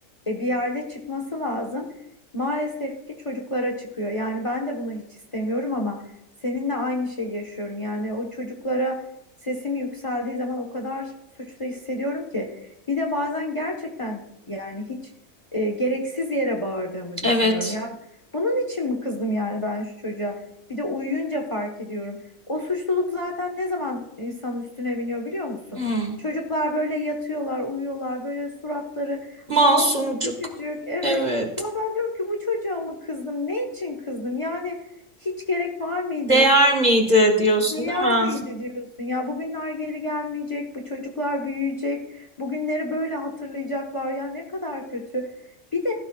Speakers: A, on the left; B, on the right.
A: E bir yerde çıkması lazım. Maalesef ki çocuklara çıkıyor. Yani ben de bunu hiç istemiyorum ama seninle aynı şeyi yaşıyorum. Yani o çocuklara sesim yükseldiği zaman o kadar suçlu hissediyorum ki. Bir de bazen gerçekten yani hiç e, gereksiz yere bağırdığımı düşünüyorum.
B: Evet.
A: Ya bunun için mi kızdım yani ben şu çocuğa? Bir de uyuyunca fark ediyorum. O suçluluk zaten ne zaman insanın üstüne biniyor biliyor musun?
B: Hmm.
A: Çocuklar böyle yatıyorlar, uyuyorlar, böyle suratları
B: Masumcuk.
A: masum, küçücük. Evet.
B: Evet.
A: Ya ben diyorum ki bu çocuğa mı kızdım? Ne için kızdım? Yani hiç gerek var mıydı?
B: Değer miydi diyorsun
A: Değer
B: değil mi?
A: miydi diyorsun ya bugünler geri gelmeyecek bu çocuklar büyüyecek bugünleri böyle hatırlayacaklar ya ne kadar kötü bir de